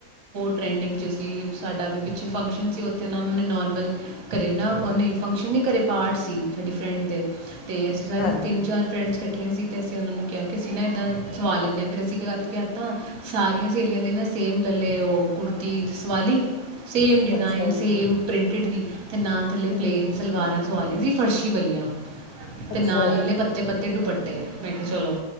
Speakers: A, on the right; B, on the left.
A: ਟਰੈਂਡਿੰਗ 'ਚ ਸੀ ਸਾਡਾ ਵੀ ਪਿੱਛੇ ਫੰਕਸ਼ਨ ਸੀ ਉੱਥੇ ਨਾ ਉਹਨਾਂ ਨੇ ਨੋਰਮਲ ਕਰੇ ਨਾ ਉਹ ਨਹੀਂ ਫੰਕਸ਼ਨ ਨਹੀਂ ਘਰੇ ਪਾਰਟ ਸੀ ਸਾਡੀ ਫਰੈਂਡ ਦੇ ਤੇਸੀ ਸਾਰੀ
B: ਹਾਂਜੀ
A: ਤਿੰਨ ਚਾਰ ਫਰੈਂਡਸ ਸੀ ਤੇ ਅਸੀਂ ਉਹਨਾਂ ਨੂੰ ਕਿਹਾ ਕਿ ਅਸੀਂ ਨਾ ਇਏਦਾਂ ਸਵਾ ਲੈਂਦੇ ਹਾਂ ਫਿਰ ਅਸੀਂ ਕਰਕੇ ਤਾਂ ਸਾਰੀਆਂ ਸਹੇਲੀਆਂ ਨੇ ਨਾ ਸੇਮ ਲੈ ਲੇ ਉਹ ਕੁੜਤੀ ਸਵਾ ਲਈ ਸੇਮ ਡਿਜ਼ਾਇਨ
B: ਅੱਛਾ ਜੀ
A: ਸੇਮ ਪ੍ਰਿੰਟਡ ਦੀ ਤੇ ਨਾ ਥੱਲੇ
B: ਹੂੰ
A: ਪਲੇਨ ਸਲਵਾਰਾਂ ਸਆਲੀਆਂ ਸੀ ਫਰਸ਼ੀ ਵਲੀਆਂ ਤੇ
B: ਅੱਛਾ
A: ਨਾਲ ਲੇ ਪੱਤੇ ਪੱ ਅਤੇ ਦੁਪੱਟੇ ਮੈਂ ਕਿਹਾ ਚਲੋ